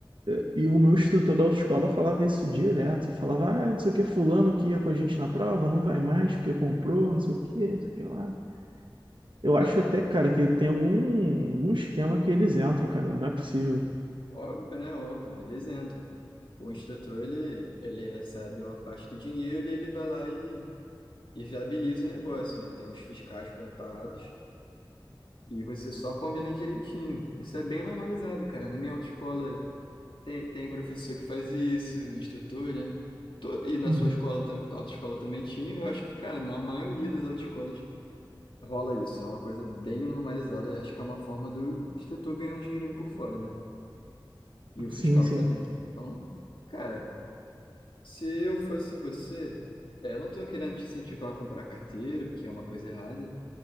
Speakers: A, on the right (about 65°); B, on the left (about 70°).
A: eh, e o meu instrutor da autoescola falava isso direto. Falava, ah, não sei o que, fulano que ia com a gente na prova, não vai mais porque comprou, não sei o que, não sei o que lá. Eu
B: Cara,
A: acho até, cara, que tem algum, algum esquema que eles entram, cara, não é possível.
B: Óbvio, né? Óbvio, eles entram. O instrutor, ele, ele recebe uma parte do dinheiro e ele vai lá e, e viabiliza o negócio, né? Tem os fiscais comprados e você só combina direitinho. Isso é bem normalizado, cara. Na minha autoescola tem, tem professor que faz isso, instrutor, né? Todo, e na
A: Uhum.
B: sua escola, tam- autoescola também tinha. Eu acho que, cara, na maioria das autoescolas rola isso. É uma coisa bem normalizada. Acho que é uma forma do instrutor ganhar um dinheirinho por fora, né? E o fiscal
A: Sim, sim.
B: também. Então, cara. Se eu fosse você, é, eu não estou querendo te incentivar a comprar carteira, porque é uma coisa errada,